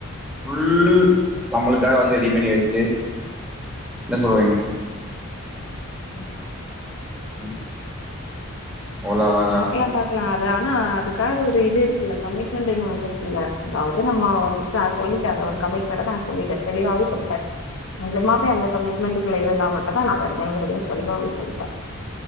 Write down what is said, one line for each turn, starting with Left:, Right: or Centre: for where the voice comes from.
Centre: ஃபுல் நம்மளுக்காக வந்து ரெடி பண்ணி வச்சு என்ன சொல்லுரீங்க
Left: ம்
Centre: ம் அவ்ளோ அழகா
Left: பாக்கலாம் பாக் கலாம் அது ஆனா அதுக்காக ஒரு இது இருக்குல்ல கமிட்மெண்ட்ன்னு ஒன்னு இருக்குல்ல அதாவது நம்ம வந்து நான் சொல்லிட்டேன் அது ஒரு கமிட்மெண்ட நான் சொல்லிட்டேன் தெளிவாவே சொல்லிட்டேன் கொஞ்சமாவே அந்த கமிட்மெண்ட்டுக்குள்ளே இருந்தா மட்டும் தான் நான் வருவேங்கிறதையும் சொல்லி அவங்க சொல்லிட்டேன்